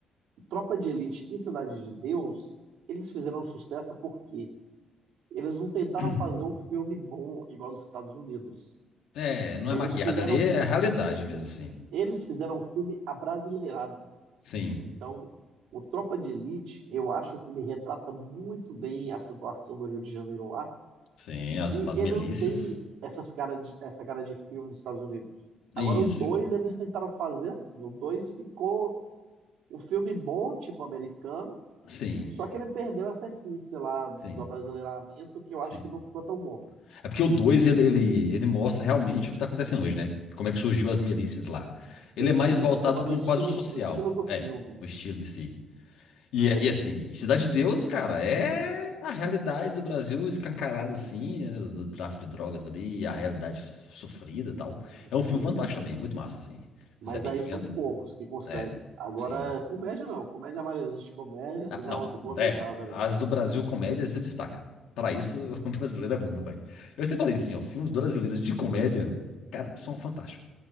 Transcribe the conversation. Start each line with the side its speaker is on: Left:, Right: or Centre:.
Right: Tropa de Elite e Cidade de Deus, eles fizeram sucesso porque eles não tentaram
Left: <clears throat>
Right: fazer um filme bom igual os Estados Unidos.
Left: É, não
Right: Eles
Left: é maquiada
Right: fizeram,
Left: ali, é a realidade mesmo, sim.
Right: eles fizeram um filme abrasileirado.
Left: Sim,
Right: Então, o Tropa de Elite, eu acho que ele retrata muito bem a situação do Rio de Janeiro lá
Left: sim, as,
Right: E
Left: as
Right: ele
Left: melícias.
Right: não tem essas cara de, essa cara de filme dos Estados Unidos.
Left: Isso.
Right: Agora, o 2 eles tentaram fazer assim. O 2 ficou um filme bom, tipo americano,
Left: Sim,
Right: só que ele perdeu essa essência lá do
Left: sim,
Right: abrasileiramento, que eu
Left: sim.
Right: acho que não ficou tão bom.
Left: É porque o dois ele, ele, ele mostra realmente o que tá acontecendo hoje, né? Como é que surgiu as milícias lá.
Right: Sim,
Left: Ele é mais
Right: sim,
Left: voltado
Right: mas tô falando
Left: para
Right: o
Left: um,
Right: estilo,
Left: quase um social.
Right: o estilo do filme.
Left: É, o estilo em si. E,
Right: É,
Left: é- e assim, Cidade de Deus, cara, é a realidade do Brasil escancarada, assim, né, do, do tráfico de drogas ali, e a realidade f- sofrida e tal. É
Right: sim.
Left: um filme fantástico também, muito massa, assim.
Right: Mas
Left: Zé Pequeno,
Right: aí são poucos que conseguem.
Left: é,
Right: Agora,
Left: sim.
Right: comédia não. Comédia, a maioria dos de comédia, você
Left: Ah,
Right: dá
Left: não,
Right: umas boas
Left: é,
Right: risadas
Left: as
Right: ali.
Left: do Brasil comédia se destaca. Pra isso, <laughs> o brasileiro é bom, meu velho. Eu sempre falei assim, ó, filmes brasileiros de comédia, cara, são fantásticos.